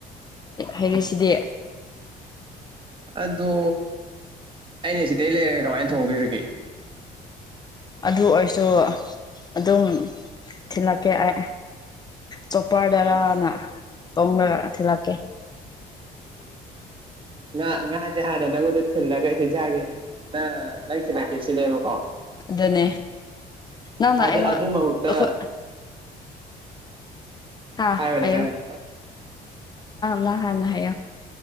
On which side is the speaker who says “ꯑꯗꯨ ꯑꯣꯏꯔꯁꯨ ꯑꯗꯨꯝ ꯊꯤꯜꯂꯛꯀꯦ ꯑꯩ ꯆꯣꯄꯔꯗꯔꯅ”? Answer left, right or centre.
Left